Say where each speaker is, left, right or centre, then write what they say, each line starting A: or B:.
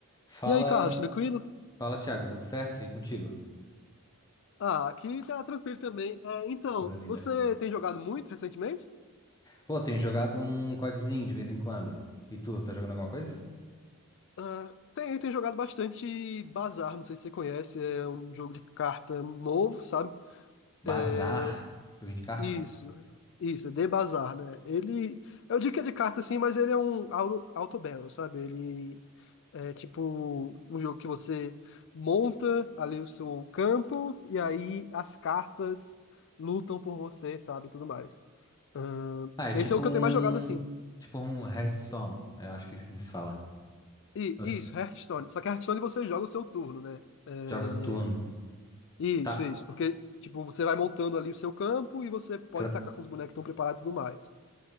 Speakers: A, on the left (about 15°); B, on the left (about 55°).
A: Fala,
B: E aí, Carlos, tranquilo?
A: fala, Thiago, tudo certo? E contigo?
B: Ah, aqui tá tranquilo também. É, então,
A: Coisa linda.
B: você tem jogado muito recentemente?
A: Pô, tenho jogado um CODzinho de vez em quando. E tu, tá jogando alguma coisa?
B: Ah, tem, tem jogado bastante Bazar, não sei se você conhece, é um jogo de carta novo, sabe?
A: Bazar,
B: É,
A: joguinho de carta?
B: isso, isso, é The Bazar, né? Ele, eu digo que é de carta sim, mas ele é um au- auto-battle, sabe? Ele É tipo um jogo que você monta ali o seu campo e aí as cartas lutam por você, sabe, e tudo mais. Ahn,
A: Ah, é
B: esse
A: tipo
B: é o que
A: um,
B: eu tenho mais jogado assim.
A: tipo um Hearthstone, eu acho que é assim que se fala.
B: E
A: Os
B: isso, Hearthstone. Só que Hearthstone você joga o seu turno, né? É,
A: jogos de turno.
B: isso,
A: Tá,
B: isso. Porque, tipo, você vai montando ali o seu campo e você pode
A: tá.
B: tacar com os bonecos que estão preparados e tudo mais.